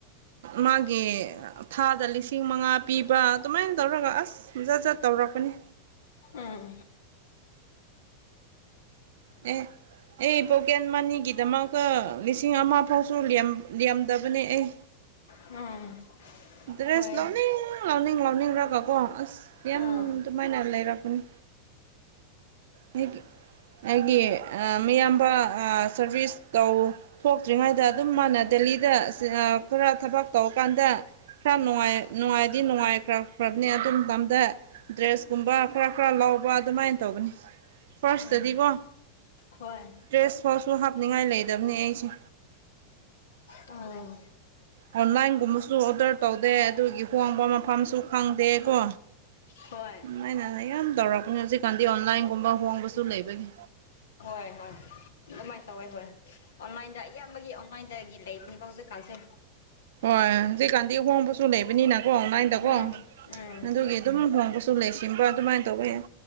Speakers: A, on the right; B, on the left.
A: ꯃꯥꯒꯤ ꯊꯥꯗ ꯂꯤꯁꯤꯡ ꯃꯉꯥ ꯄꯤꯕ ꯑꯗꯨꯃꯥꯏꯅ ꯇꯧꯔꯒ ꯑꯁ ꯖꯠ ꯖꯠ ꯇꯧꯔꯛꯄꯅꯤ
B: ꯎꯝ
A: ꯎ ꯑꯩ ꯕꯣꯀꯦꯟ ꯃꯅꯤꯒꯤꯗꯃꯀ ꯂꯤꯁꯤꯡ ꯑꯃ ꯐꯥꯎꯁꯨ ꯂꯗꯕꯅꯦ ꯑꯩ
B: ꯎꯝ
A: ꯗ꯭ꯔꯦꯁ
B: ꯍꯣꯏ
A: ꯂꯧꯅꯤꯡ ꯂꯥꯎꯅꯤꯡ ꯂꯥꯎꯅꯤꯡꯈꯒꯀꯣ ꯑꯁ ꯌꯥꯝ
B: ꯎꯝ
A: ꯑꯗꯨꯃꯥꯏꯅ ꯂꯩꯔꯛꯄꯅꯤ ꯑꯩꯒꯤ ꯑꯩꯒꯤ ꯃꯤꯌꯥꯝꯕ ꯁꯔꯚꯤꯁ ꯇꯧ ꯊꯣꯛꯇ꯭ꯔꯤꯉꯩꯗ ꯑꯗꯨꯝ ꯃꯥꯅ ꯗꯦꯜꯂꯤꯗ ꯈꯔ ꯊꯕꯛ ꯇꯧꯔꯀꯥꯟꯗ ꯈꯔ ꯅꯨꯡꯉꯥꯏ ꯅꯨꯡꯉꯥꯏꯗꯤ ꯅꯨꯡꯉꯥꯏꯈ꯭ꯔꯈ꯭ꯔꯕꯅꯤ ꯑꯗꯨ ꯃꯇꯝꯗ ꯗ꯭ꯔꯦꯁ ꯀꯨꯝꯕ ꯈꯔ ꯈꯔ ꯂꯥꯎꯕ ꯑꯗꯨꯃꯥꯏꯅ ꯇꯧꯧꯕꯅꯤ ꯐꯔꯁꯇꯗꯤꯕꯣ
B: ꯎꯝ ꯍꯣꯏ
A: ꯗ꯭ꯔꯦꯁ ꯐꯁꯨ ꯍꯥꯞꯅꯤꯡꯉꯥꯏ ꯂꯩꯗꯕꯅꯦ ꯑꯩꯁꯦ
B: ꯑ
A: ꯑꯣꯟꯂꯥꯏꯟꯒꯨꯝꯕꯁꯨ ꯑꯣꯗꯔ ꯇꯧꯗꯦ ꯑꯗꯨꯒꯤ ꯍꯣꯡꯕ ꯃꯐꯝꯁꯨ ꯈꯪꯗꯦ ꯀꯣ
B: ꯍꯣꯏ ꯍꯣꯏ
A: ꯎꯝ ꯑꯩꯅ ꯌꯥꯝ ꯇꯧꯔꯛꯄꯅꯦ ꯍꯧꯖꯤꯛꯀꯥꯟꯗꯤ ꯑꯣꯟꯂꯥꯏꯟꯒꯨꯝꯕ ꯍꯣꯡꯕꯁꯨ ꯂꯩꯕꯒꯤ
B: ꯍꯣꯏ ꯍꯣꯏ ꯑꯗꯨꯃꯥꯏꯅ ꯇꯧꯋꯦ ꯍꯣꯏ ꯑꯣꯟꯂꯥꯏꯟꯗ ꯑꯌꯥꯝꯕꯒꯤ ꯃꯥꯏꯗꯒ ꯂꯩ ꯀꯗ ꯀꯜꯁꯦ
A: ꯑꯣ ꯁꯤꯀꯥꯟꯗꯤ ꯍꯣꯡꯕꯁꯨ ꯂꯩꯕꯅꯤꯅꯀꯣ ꯅꯥꯏꯟꯗꯀꯣ
B: ꯎꯝ ꯎꯝ
A: ꯑꯗꯨꯒꯤ ꯑꯗꯨꯝ ꯍꯣꯡꯕꯁꯨ ꯂꯩ ꯁꯤꯕ ꯑꯗꯨꯃꯥꯏꯅ ꯇꯧꯕ ꯌꯥꯏ